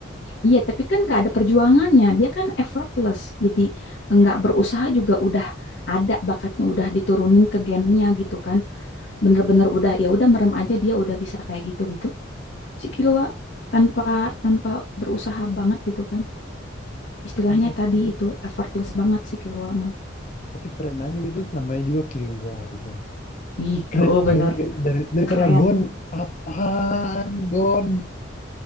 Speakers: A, on the left; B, on the left.
A: Iya, tapi kan nggak ada perjuangannya. Dia kan effortless. Jadi nggak berusaha juga udah ada bakatnya udah diturunin ke gennya gitu kan. Bener-bener udah ya udah merem aja dia udah bisa kayak gitu gitu. Si Killua tanpa tanpa berusaha banget gitu kan. Istilahnya
B: Iya
A: tadi
B: sih.
A: itu effortless banget si Killua mah.
B: Tapi keren aja gitu, namanya juga Kilua gitu.
A: Ih,
B: keren
A: oh bener
B: itu dari dari- daripada
A: keren.
B: Gon apaan Gon